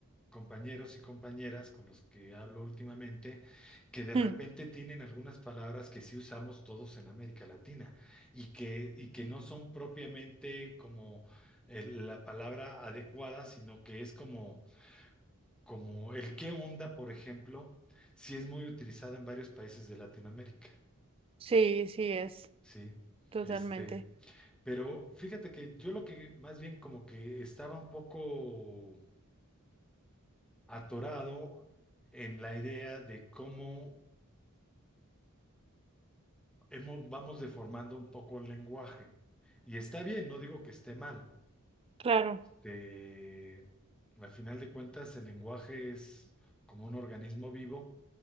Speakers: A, in the centre; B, on the right.
A: compañeros y compañeras con los que hablo últimamente, que de repente
B: Mm,
A: tienen algunas palabras que sí usamos todos en América Latina y que, y que no son propiamente como el- la palabra adecuada, sino que es como, como el qué onda, por ejemplo, sí es muy utilizado en varios países de Latinoamérica,
B: Sí, sí es,
A: ¿sí?
B: totalmente.
A: Este, Pero fíjate que yo lo que más bien como que estaba un poco atorado en la idea de cómo hemos, vamos deformando un poco el lenguaje. Y está bien, no digo que esté mal.
B: Claro,
A: Eh, al final de cuentas, el lenguaje es como un organismo vivo